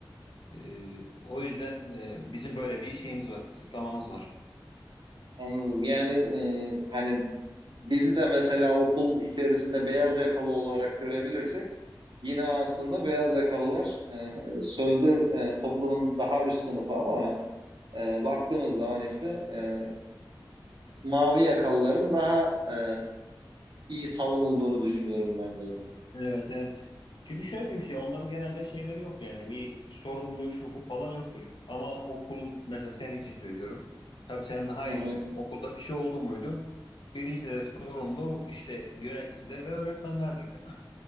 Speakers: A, on the left; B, on the right.
A: E, o yüzden e, bizim böyle bir şeyimiz var, kısıtlamamız var.
B: anladım. Yani e, hani bizi de mesela okul içerisinde beyaz yakalı olarak görebilirsek yine aslında beyaz yakalılar e, sözde e, toplumun daha üst sınıfı ama e, baktığımız zaman işte e, mavi yakalıların daha e, iyi savunulduğunu düşünüyorum bence.
A: Evet evet. Çünkü şöyle bir şey onların genelde şeyleri yok yani bir sorumluluğu şu bu falan yoktur. Ama okul mesela senin için söylüyorum. Tabii sen daha
B: Hı
A: iyi
B: hı.
A: bilirsin. Okulda bir şey oldu muydu? Birinci derece sorumlu işte yöneticiler ve öğretmenlerdir değil mi?